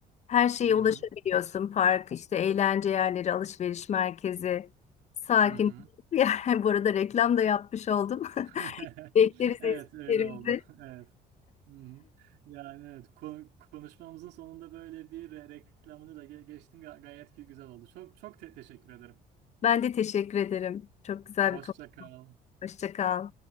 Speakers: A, on the left; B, on the right.
A: Her şeye
B: Hı hı.
A: ulaşabiliyorsun. Park, işte eğlence yerleri, alışveriş merkezi, sakin
B: Hı hı.
A: bir yer. <laughs> Bu arada reklam da yapmış oldum. <laughs>
B: <laughs>
A: Bekleriz
B: Evet
A: Eskişehir'imizi.
B: öyle oldu. <laughs> Evet. Hı hı. Yani evet ko- konuşmamızın sonunda böyle bir re- reklamını da ge- geçtim Ga- gayet gü- güzel oldu. Çok çok te- teşekkür ederim.
A: Ben de teşekkür ederim. Çok güzel
B: Hoşça
A: bir konu.
B: kal.
A: Hoşça kal.